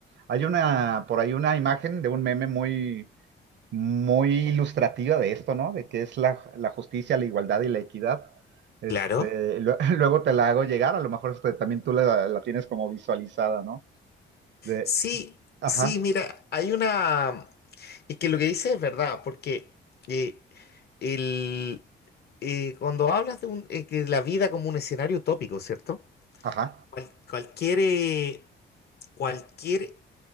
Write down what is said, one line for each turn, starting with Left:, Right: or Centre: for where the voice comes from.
Right: Hay una, por ahí una imagen de un meme muy, muy ilustrativa de esto, ¿no? De qué es la, la justicia, la igualdad y la equidad. Este,
Left: Claro.
Right: lue- <laughs> luego te la hago llegar, a lo mejor este, también tú la la tienes como visualizada, ¿no? de,
Left: Sí,
Right: Ajá,
Left: sí, mira, hay una... Es que lo que dices es verdad, porque eh, el, eh, cuando hablas de, un- eh, que la vida como un escenario utópico, ¿cierto?
Right: ajá.
Left: Cual- cualquier, eh, cualquier,